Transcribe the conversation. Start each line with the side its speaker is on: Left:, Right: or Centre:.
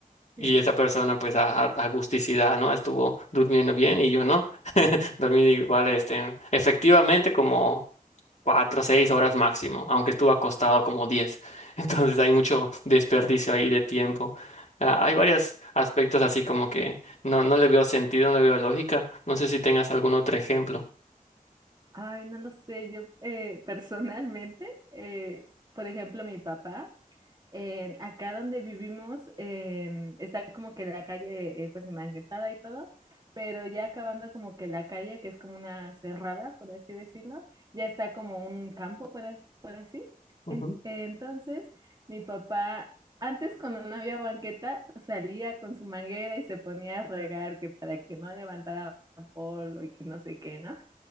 Right: Sí.
Left: Y esa persona, pues, a, a a gusticidad, ¿no? Estuvo durmiendo bien y yo no. Dormí igual, este, efectivamente como cuatro o seis horas máximo, aunque estuve acostado como diez <laughs> Entonces hay mucho desperdicio ahí de tiempo. Ah, hay varios aspectos así como que no, no le veo sentido, no le veo lógica. No sé si tengas algún otro ejemplo.
Right: Ay, no lo sé, yo eh, personalmente, eh, por ejemplo, mi papá. eh, acá donde vivimos eh, está como que la calle eh, pues enmanguetada y todo, pero ya acabando como que la calle, que es como una cerrada, por así decirlo, ya está como un campo, por, a- por así.
Left: Ujú,
Right: En- eh, entonces, mi papá, antes cuando no había banqueta, salía con su manguera y se ponía a regar que para que no levantara polvo y que no sé qué, ¿no?